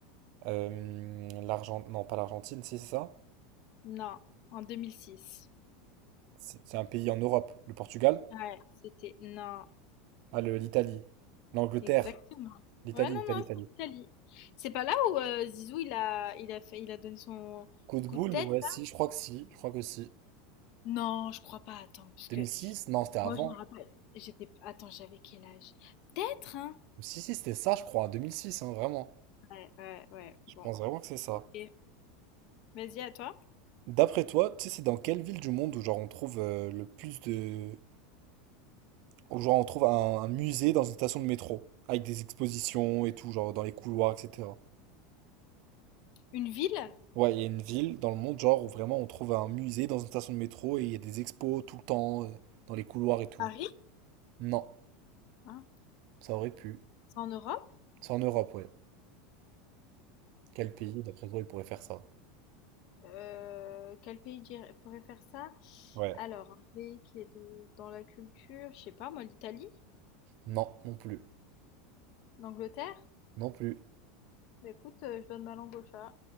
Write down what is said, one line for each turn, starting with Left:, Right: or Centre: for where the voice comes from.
Right: Euh, l'Argent... Non, pas l'Argentine, si c'est ça.
Left: Non, en 2006.
Right: C'est c'est un pays en Europe. Le Portugal?
Left: Ouais, c'était non,
Right: Ah, le- l'Italie. L'Angleterre.
Left: exactement.
Right: L'Italie,
Left: Ouais, non,
Right: l'Italie,
Left: non,
Right: l'Italie.
Left: c'est l'Italie. C'est pas là où euh, Zizou il a, il a fait, il a donné son
Right: Coup de
Left: coup
Right: boule,
Left: de tête
Right: ouais,
Left: là?
Right: si, je crois que si. Je crois que si.
Left: Non, je crois pas. Attends, parce
Right: 2006?
Left: que
Right: Non, c'était avant.
Left: moi je me rappelle. J'étais, attends, j'avais quel âge? Peut-être, hein?
Right: Si, si, c'était ça, je crois. 2006, hein, vraiment.
Left: Ouais, ouais, ouais.
Right: Je
Left: Bon.
Right: pense vraiment que c'est ça.
Left: Ok. Vas-y, à toi.
Right: D'après toi, tu sais, c'est dans quelle ville du monde où genre on trouve euh, le plus de Ou genre on trouve un, un musée dans une station de métro, avec des expositions et tout, genre dans les couloirs, etc.
Left: Une ville?
Right: Ouais, il y a une ville dans le monde, genre, où vraiment on trouve un musée dans une station de métro et il y a des expos tout le temps, euh, dans les couloirs et tout.
Left: Paris?
Right: Non,
Left: Hein?
Right: ça aurait pu.
Left: C'est en Europe?
Right: C'est en Europe, ouais. Quel pays, d'après toi, il pourrait faire ça?
Left: Euh, quel pays dirait- pourrait faire ça?
Right: Ouais.
Left: Alors, un pays qui est de- dans la culture, je sais pas, moi, l'Italie?
Right: Non, non plus.
Left: L'Angleterre?
Right: Non plus.
Left: Bah écoute, euh, je donne ma langue au chat.